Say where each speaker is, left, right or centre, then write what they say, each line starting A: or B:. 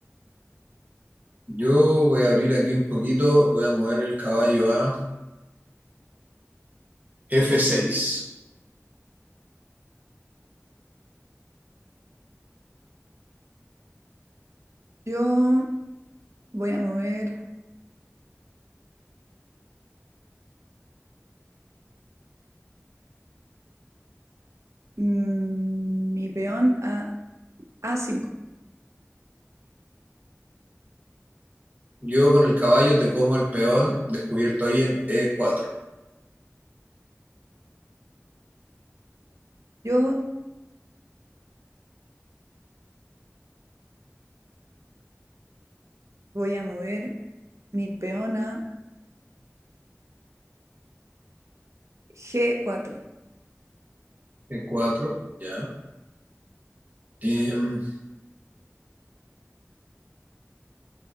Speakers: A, on the right (about 35°); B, on the right (about 75°).
A: Yo voy a abrir aquí un poquito, voy a mover el caballo a F6.
B: Yo voy a mover mm, mi peón a A5.
A: Yo con el caballo te como el peón descubierto ahí en E4.
B: Yo voy a mover mi peón a G4.
A: E4, ya. Em,